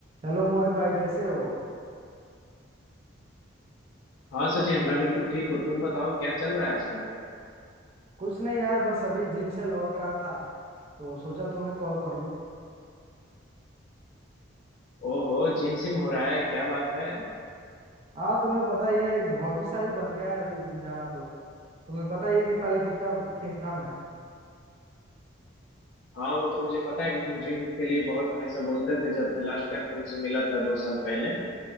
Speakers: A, on the right; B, on the left.
A: Hello Mohit भाई कैसे हो
B: हाँ सचिन मैं बिल्कुल ठीक हूँ तुम बताओ क्या चल रहा है आजकल
A: कुछ नहीं यार बस अभी जिम से लौट रहा था तो सोचा तुम्हें कॉल कर लूं
B: ओहो जिम सिम हो रहा है क्या बात है
A: हाँ तुम्हें पता ही है एक हॉबी सा ही बन गया है अभी जिम जाना तो तुम्हें पता ही है कि पहले कितना थिन था मैं
B: हाँ वो तो मुझे पता है कि तुम जिम के लिए बहुत हमेशा बोलते थे जब मैं लास्ट टाइम तुमसे मिला था दो साल पहले